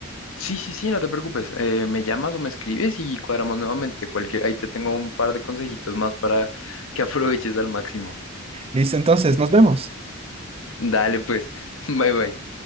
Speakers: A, on the left (about 75°); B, on the right (about 25°).
A: Sí, sí, sí, no te preocupes. Eh, me llamas o me escribes y cuadramos nuevamente. Cualquier, ahí te tengo un par de consejitos más para que <laughs> aproveches al máximo.
B: Listo, entonces, nos vemos.
A: Dale, pues. <laughs> Bye, bye.